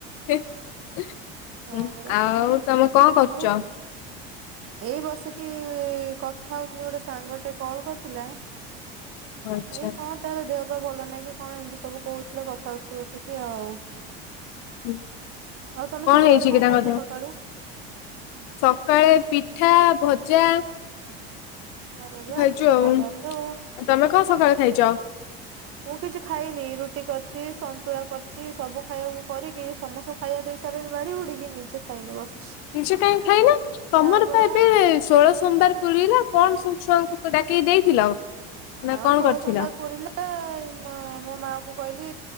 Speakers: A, on the left; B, on the right.
A: ହେଁ ହୁଁ
B: ହଁ ପରା
A: ଆଉ ତମେ କଣ କରୁଚ?
B: ହଉ ଏଇ ବସିକି କଥା ହଉଥିଲି ଗୋଟେ ସାଙ୍ଗ ଟେ କଲ୍ କରିଥିଲା।
A: ଆଚ୍ଛା
B: ଏଇ କଣ ତାର ଦେହ ପା ଭଲ ନାଇଁ କି କଣ ଏମିତି ସବୁ କହୁଥିଲା କଥା ହଉଥିଲୁ ବସିକି ଆଉ।
A: ହୁଁ
B: ଆଉ ତମେ ସବୁ
A: ହେଇଛି
B: ଘରେ କଣ
A: କି ତାଙ୍କ
B: ଖାଇଚ
A: ଦେହ?
B: ସକାଳୁ?
A: ସକାଳେ ପିଠା, ଭଜା
B: ଆରେ ବା
A: ଖାଇଚୁ ଆଉ
B: ଭଲ ତ
A: ତମେ କଣ ସକାଳେ ଖାଇଚ?
B: ମୁଁ କିଛି ଖାଇନି ରୁଟି କରିଚି ସନ୍ତୁଳା କରିଚି ସବୁ ଖାଇବାକୁ ମୁଁ କରିକି ସମସ୍ତଙ୍କୁ ଖାଇବା ଦେଇ ସାରିଲିଣି ବାଢ଼ି ବୁଢିକି ନିଜେ ଖାଇନି ବସିଛି।
A: ନିଜେ କାଇଁ ଖାଇନ ତମର
B: ନା ପରା
A: ପା ଏବେ ଷୋଳ ସୋମବାର ପୁରିଲା କଣ ସବୁ ଛୁଆଙ୍କୁ ଡାକିକି ଦେଇଥିଲ? ନା
B: ହଁ
A: କଣ
B: ଷୋଳ
A: କରିଥିଲ?
B: ସୋମବାର ପୁରିଲା। ଏ ମ ମୋ ମା କୁ କହିଲି